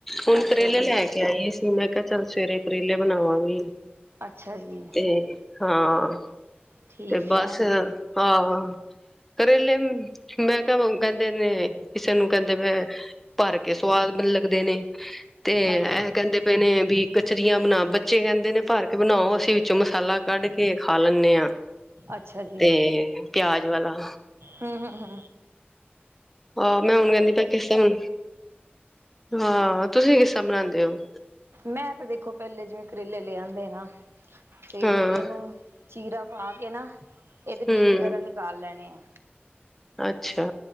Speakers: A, in the centre; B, on the right (about 80°).
A: ਹੁਣ
B: ਅੱਛਾ
A: ਕਰੇਲੇ
B: ਜੀ
A: ਲੈ ਕੇ। ਕ ਹੀ ਸੀ, ਮੈਂ ਕਿਹਾ ਚੱਲ ਸਵੇਰੇ ਕਰੇਲੇ ਬਣਾਵਾਂਗੀ।
B: ਅੱਛਾ ਜੀ
A: ਤੇ ਹਾਂ,
B: ਠੀਕ
A: ਤੇ ਬਸ
B: ਹੈ
A: ਆਹ ਕਰੇਲੇ ਮੈਂ ਕਹਿੰਦੇ ਨੇ ਕਿਸੇ ਨੂੰ ਕਹਿੰਦੇ ਭਰ ਕੇ ਸਵਾਦ ਲੱਗਦੇ, ਨੇ ਤੇ
B: ਹਾਂਜੀ
A: ਇਹ ਕਹਿੰਦੇ। ਨੇ ਵੀ ਕਚਰੀਆਂ ਬਣਾ, ਬੱਚੇ ਕਹਿੰਦੇ ਨੇ ਭਰ ਕੇ ਬਣਾਓ, ਅਸੀਂ ਵਿੱਚੋਂ ਮਸਾਲਾ ਕੱਢ ਕੇ ਖਾ ਲੈਂਦੇ ਹਾਂ।
B: ਅੱਛਾ
A: ਤੇ ਪਿਆਜ ਵਾਲਾ,
B: ਹੂੰ-ਹੂੰ-ਹੂੰ,
A: ਆਹੋ ਮੈਂ ਹੁਣ ਕਹਿੰਦੀ ਪੈ ਕਿਸ ਤਰਾ ਹੁਣ ਹਾਂ ਤੁਸੀਂ ਕਿੱਸਾ ਬਣਾਦੇ ਹੋ?
B: ਮੈਂ ਤੇ ਦੇਖੋ, ਪਹਿਲੇ ਜਿਵੇਂ ਕਰੇਲੇ ਲਿਆਦੇ ਨਾ ਤੇ
A: ਹਾਂ
B: ਇਹਨੂੰ, ਚੀਰਾ ਪਾ ਕੇ ਨਾ, ਇਹਦੇ ਬੀ
A: ਹਮ
B: ਵਗੈਰਾ ਨਿਕਾਲ ਲੈਣੇ ਆ।
A: ਅੱਛਾ।